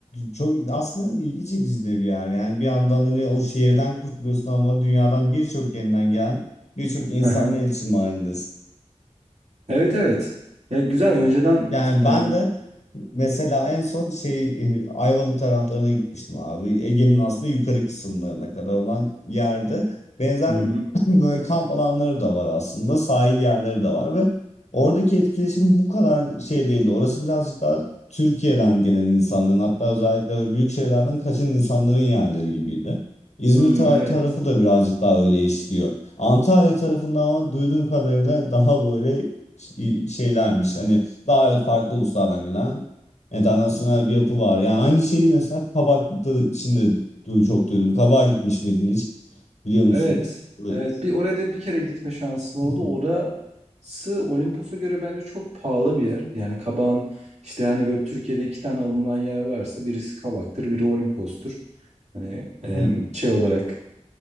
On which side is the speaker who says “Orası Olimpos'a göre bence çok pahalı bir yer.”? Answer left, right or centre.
Right